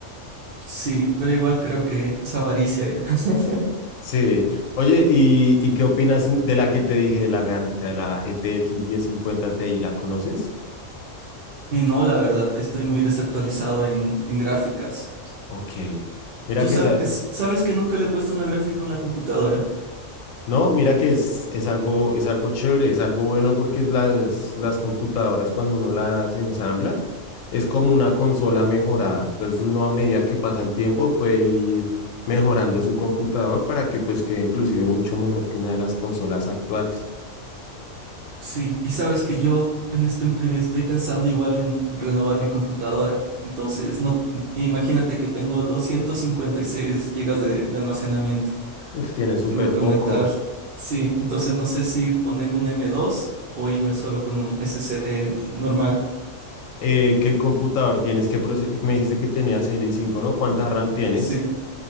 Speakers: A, on the right; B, on the left.
A: sí, pero igual creo que es avaricia ya. <laughs>
B: Sí. Oye, ¿y, y qué opinas de la que te dije, de la gráfica, de la GTX 1050 Ti? ¿La conoces?
A: Y no, la verdad, estoy muy desactualizado en, en gráficas.
B: Ok. Mira
A: ¿Tú
B: que
A: sabes,
B: esa,
A: sabes que nunca le he puesto una gráfica en la computadora?
B: No, mira que es, es algo, es algo chévere, es algo bueno porque es las, las computadoras cuando uno las ensambla es como una consola mejorada. Entonces uno a medida que pasa el tiempo puede ir mejorando su computador para que pues quede inclusive mucho mejor que una de las consolas actuales.
A: Sí, y sabes que yo en este, eh, estoy pensando igual en renovar mi computadora. Entonces, no, imagínate que tengo 256 gigas de, de almacenamiento.
B: Uf, tiene súper
A: Tengo que
B: poco.
A: aumentar. Sí, entonces no sé si ponerle un M2 o irme solo con un SSD normal.
B: Eh, ¿qué computador tienes? ¿Qué proce- Me dijiste que tenías el i5, ¿no? ¿Cuánta RAM tienes?
A: Sí,